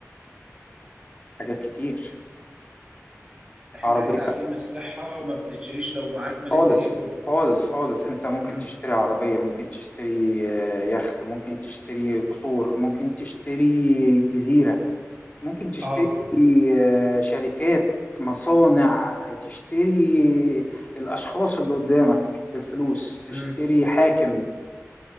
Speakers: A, on the left; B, on the right.
A: حاجات كتير
B: احنا
A: عربية
B: كده كده عارفين ان الصحة ما بتتشريش لو معاك مال
A: خالص
B: الدنيا كله
A: خالص خالص انت ممكن
B: مم.
A: تشتري عربية ممكن تشتري آه، يخت ممكن تشتري قصور ممكن تشتري جزيرة ممكن تشتري
B: اه
A: آه، شركات مصانع تشتري الأشخاص اللي قدامك بالفلوس
B: مم.
A: تشتري حاكم